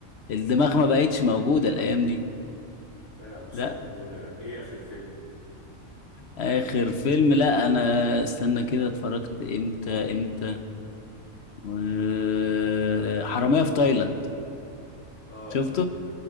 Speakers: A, on the left; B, on the left.
A: الدماغ
B: مم.
A: ما بقتش موجوده الايام دي
B: لا يا عم سلام
A: لا
B: دماغك ايه اخر فيلم
A: اخر فيلم لا انا استنى كده اتفرجت امتى امتى آه، حرامية في تايلاند
B: اه
A: شفته